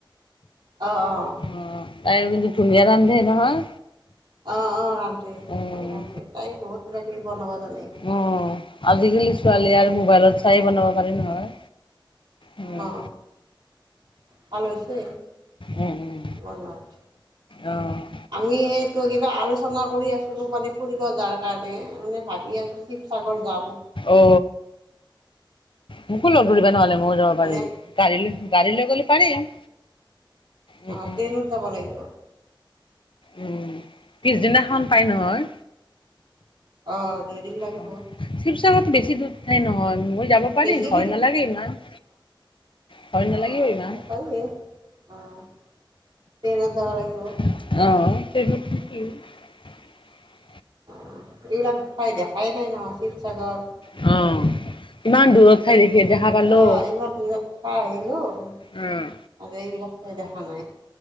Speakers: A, on the right; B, on the left.
A: অঁ অঁ
B: অ', তাই কিন্তু ধুনীয়া ৰান্ধে নহয়
A: অ অ ৰান্ধে
B: অ',
A: ভাল ৰান্ধে তাই বহুত কিবা কিবি বনাবা জানে
B: অ', আজিকালি ছোৱালী আৰু মোবাইলত চাই বনাব পাৰি নহয় উম,
A: অহ ভাল হৈছে
B: উম,
A: বনত
B: অ',
A: আমি এইটো কিবা আলোচনা কৰি আছিলো মানে ফুৰিব যোৱাৰ কাৰণে মানে ভাবি আছো শিৱসাগৰ যাম
B: অ মোকো লগ ধৰিব নহলে মইয়ো যাব
A: মানে
B: পাৰি গাড়ী লৈ গাড়ী লৈ গ'লে পাৰিম উম,
A: অ
B: উম,
A: ট্ৰেইনত যাব লাগিব।
B: উম পিছদিনাখন পাই নহয়
A: অ দুইদিন লাগিব
B: অ', শিৱসাগৰতো বেছি দূৰ ঠাই নহয় মই যাব পাৰিম
A: বেছি
B: ভয় নালাগে ইমান ভয় নালাগিব
A: অহ
B: ইমান
A: যাব পাৰিবি ট্ৰেইনত যাব লাগিব
B: অহ
A: অহ এইবিলাক ঠাই দেখাই নাই নহয় শিৱসাগৰ
B: অ'। ইমান দূৰত ঠাই দেখি
A: ই
B: দেখা পালো।
A: আহ ইমান বিৰত খা আহিলো আৰু
B: উম,
A: এইবিলাক খাই দেখা নাই